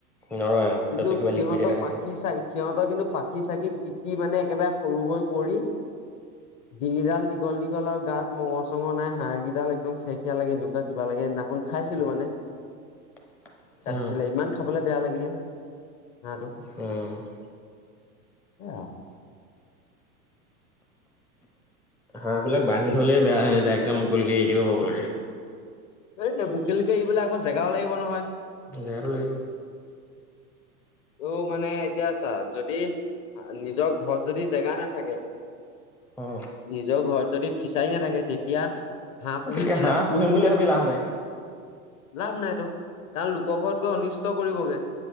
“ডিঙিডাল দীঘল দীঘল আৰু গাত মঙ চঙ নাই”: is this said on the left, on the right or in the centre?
Left